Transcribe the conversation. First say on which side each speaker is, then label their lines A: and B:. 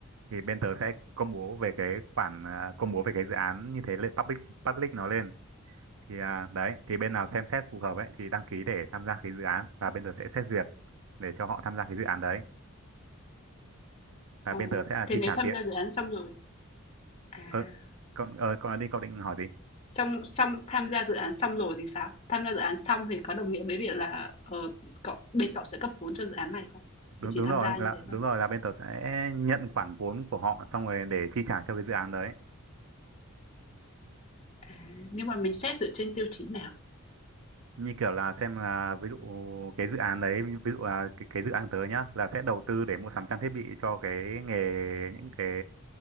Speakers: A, on the right; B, on the left.
A: thì bên tớ sẽ công bố về cái khoản à, công bố về cái dự án như thế lên public public nó lên thì à, đấy thì bên nào xem xét phù hợp ấy thì đăng ký để tham gia cái dự án và bên tớ sẽ xét duyệt để cho họ tham gia cái dự án đấy và
B: Ờ,
A: bên tớ sẽ là
B: thế
A: chi
B: nếu
A: trả
B: tham
A: tiền
B: gia dự án xong rồi, à,
A: ờ, còn ờ, còn đi cậu định hỏi gì
B: xong xong tham gia dự án xong rồi thì sao? Tham gia dự án xong thì có đồng nghĩa với việc là ờ, cậu bên cậu sẽ cấp vốn cho dự án này không?
A: đúng
B: Thì chỉ
A: đúng
B: tham
A: rồi
B: gia như
A: là
B: thế thôi.
A: đúng rồi là bên tớ sẽ nhận khoản vốn của họ xong rồi để chi trả cho cái dự án đấy
B: À, nhưng mà mình xét dựa trên tiêu chí nào?
A: như kiểu là xem là ví dụ cái dự án đấy ví dụ là cái, cái dự án tớ nhá là sẽ đầu tư để mua sắm trang thiết bị cho cái nghề những cái